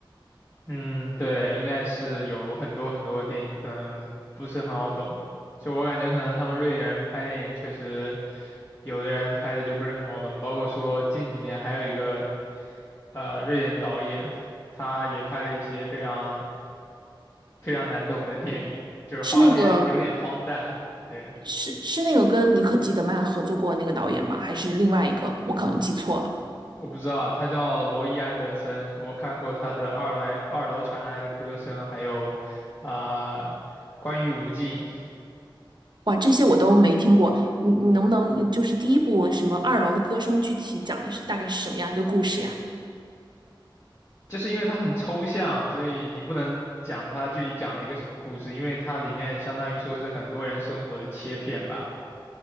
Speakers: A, on the left (about 35°); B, on the right (about 60°).
A: 嗯，对，应该是有很多很多电影，可能不是很好懂。就我感觉，可能他们瑞典人拍电影确实，有的人拍的就不是很好懂。包括说近几年还有一个呃瑞典导演，他也拍了一些非常非常难懂的电影，就是画面有点荒诞。
B: 是那个
A: 对，
B: 是是那个跟妮可基德曼合作过那个导演吗？还是另外一个？我可能记错了。
A: 我不知道，他叫罗伊·安德森，我看过他的《二来二楼传来的歌声》，还有啊、关于无尽，
B: 哇，这些我都没听过。你你能不能就是第一部什么二楼的歌声，具体讲的是大概是什么样一个故事呀？
A: 就是因为它很抽象，所以你不能讲它具体讲了一个什么故事，因为它里面相当于说是很多人生活的切片吧。